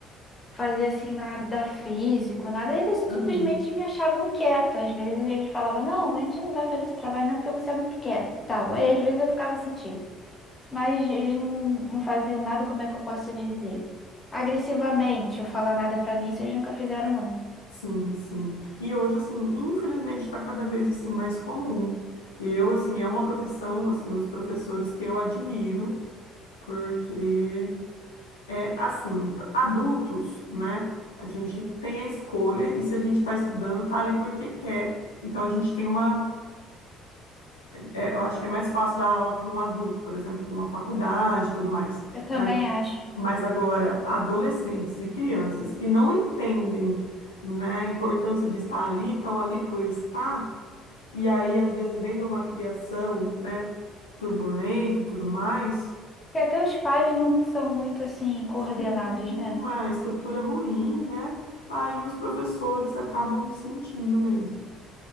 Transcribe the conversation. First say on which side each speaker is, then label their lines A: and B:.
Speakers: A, on the left; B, on the left.
A: fazia assim nada físico, nada, eles
B: aham.
A: simplesmente me achavam quieta. Às vezes eles falavam, não, a gente não vai fazer esse trabalho não porque você é muito quieta, tal. Aí às vezes eu ficava sentido, mas eles não, não faziam nada, como é que eu posso dizer? Agressivamente, ou falar nada pra mim, vocês nunca fizeram não.
B: Sim, sim. E hoje, assim, infelizmente está cada vez assim mais comum. Eu, assim, é uma profissão, assim, os professores que eu admiro, porque É, assim, p- adultos, né? A gente tem a escolha e se a gente está estudando, tá ali porque quer. Então a gente tem uma, é, é, eu acho que é mais fácil dar aula para um adulto, por exemplo, numa faculdade e tudo mais.
A: Eu também
B: Mas,
A: acho.
B: mas agora, adolescentes e crianças que não entendem, né, a importância de estar ali, estão ali por estar, e aí, às vezes, vendo uma criação, né, turbulenta e tudo mais.
A: E até os pais não são muito assim coordenados,
B: Sim, uma
A: né?
B: estrutura ruim, né? Aí os professores acabam sentindo mesmo.